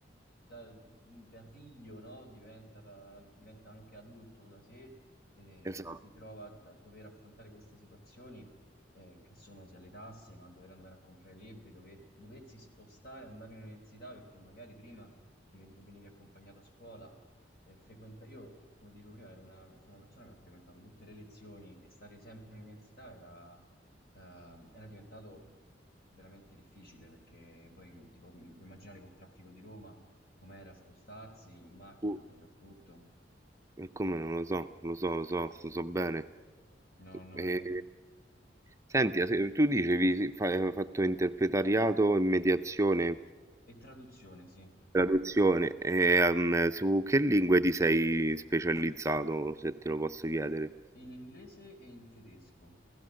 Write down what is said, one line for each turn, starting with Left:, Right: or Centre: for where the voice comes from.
Left: da, da figlio, no, diventa, da- diventa anche adulto da sé, eh,
Right: Esatto.
Left: si trova a dover affrontare queste situazioni, eh, che sono sia le tasse, ma dover andare a comprare libri, dover- doversi spostare, andare all'università, perché magari prima ti ven- venivi accompagnato a scuola, eh, frequenta- io, come dicevo prima, ero una- sono una persona che ha frequentato tutte le lezioni e stare sempre in università era eh, era diventato veramente difficile perché poi tipo, puoi immaginare col traffico di Roma com'era spostarsi in macchina
Right: Uh,
Left: soprattutto.
Right: e come non lo so, lo so, lo so, lo so bene.
Left: No, no,
Right: E,
Left: è...
Right: senti, se- tu dicevi sì, fa- hai fatto interpretariato e mediazione,
Left: E traduzione, sì,
Right: traduzione, e, ehm, su che lingue ti sei specializzato, se te lo posso chiedere?
Left: in inglese e in tedesco.